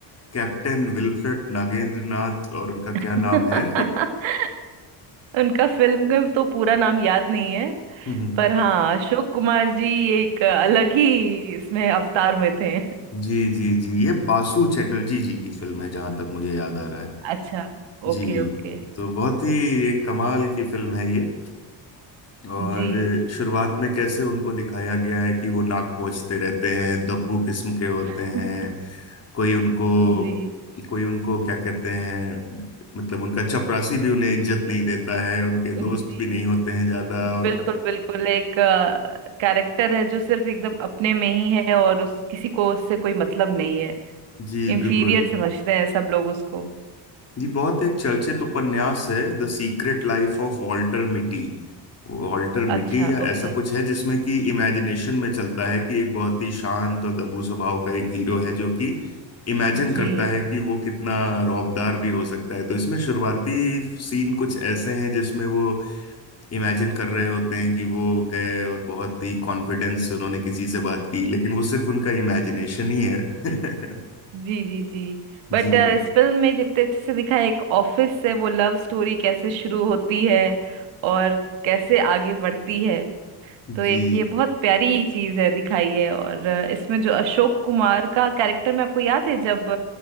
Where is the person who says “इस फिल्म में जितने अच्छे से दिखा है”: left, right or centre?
Right